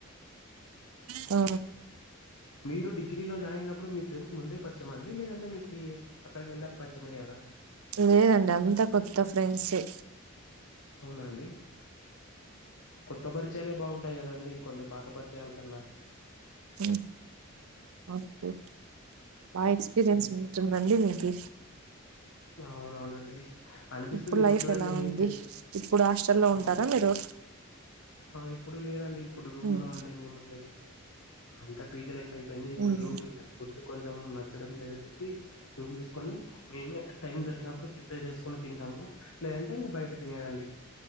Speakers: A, on the right; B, on the left.
A: ఆ
B: మీరు డిగ్రీలో జాయిన్ అయినప్పుడు మీ ఫ్రెండ్స్ ముందే పరిచయం ఆ అండి, లేదంటే మీకి అక్కడికి వెళ్ళాక పరిచయం అయ్యారా.
A: లేదండి అంత కొత్త ఫ్రెండ్స్ ఏ
B: అవునా అండి కొత్త పరిచయాలే బాగుంటాయి కదండి, కొన్ని పాత పరిచయాల కన్నా.
A: హ్మ్ అవునండి బాగా ఎక్స్పీరియన్స్
B: హ్మ్.
A: ఉన్నట్ ఉందండి, మీకి
B: అవునవునండి అనిపిస్తుంది
A: ఇప్పుడు లైఫ్
B: చూడండి
A: ఎలా
B: ఏంటి
A: ఉంది, ఇప్పుడు హాస్టల్ల్లో
B: అవును
A: ఉంటారా మీరు.
B: ఆ ఇప్పుడు లేదండి ఇప్పుడు రూమ్
A: ఉమ్,
B: లో అండి మేము ఉండేది అంత పీజీ లై అయిపోయింది ఇప్పుడు
A: ఉమ్,
B: రూమ్ ఇంకా ఫుడ్ కొంచెం నచ్చడం లేదని చెప్పి రూమ్ తీస్కొని, మేమే టైమ్ దొరికినప్పుడు ప్రిపేర్ చేస్కొని తింటాము, లేదంటే ఇంగ్ బయట తినేదండి.